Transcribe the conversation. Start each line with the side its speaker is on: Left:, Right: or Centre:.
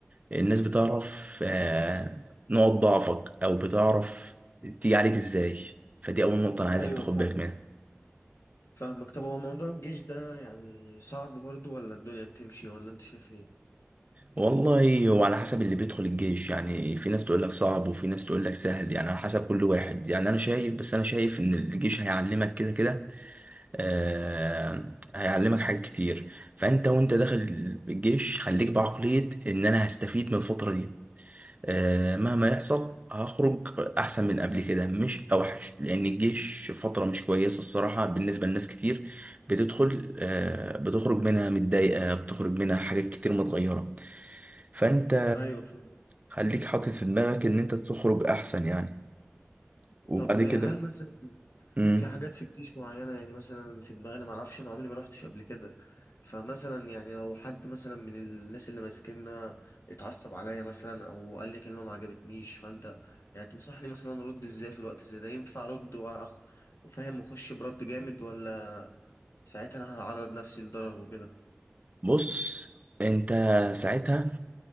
Right: الناس بتعرف آه، نقط ضعفك او بتعرف تيجي عليك ازاي فدي اول نقطة انا عايزك
Left: ايوه
Right: تاخد
Left: فاهم
Right: بالك منها
Left: فاهمك طب هو موضوع الجيش ده يعني صعب برضو ولا الدنيا بتمشي ولا انت شايف ايه
Right: والله هو على حسب اللي بيدخل الجيش يعني في ناس تقول لك صعب وفي ناس تقول لك سهل يعني على حسب كل واحد يعني انا شايف بس انا شايف ان الجيش هيعلمك كده كده آه هيعلمك حاجات كتير فانت وانت داخل الجيش خليك بعقلية ان انا هستفيد من الفترة دي آه، مهما يحصل هخرج احسن من قبل كده مش اوحش لان الجيش فتره مش كويسه الصراحه بالنسبه لناس كتير بتدخل آه، بتخرج منها متضايقه بتخرج منها حاجات كتير متغيره فانت
Left: ايوه فاهم
Right: خليك حاطط في دماغك ان انت تخرج احسن يعني وبعد
Left: طب
Right: كده
Left: هل مثلا
Right: مم.
Left: في حاجات في الجيش معينة يعني مثلا في دماغي انا معرفش انا عمري ما روحتش قبل كده فمثلا يعني لو حد مثلا من الناس اللي ماسكيننا اتعصب عليا مثلا او قال لي كلمة ما عجبتنيش فانت يعني تنصحني مثلا ارد ازاي في الوقت زي ده ينفع ارد وأخ... وفاهم اخش برد جامد ولا ساعتها انا هعرض نفسي لضرر وكده
Right: بص انت ساعتها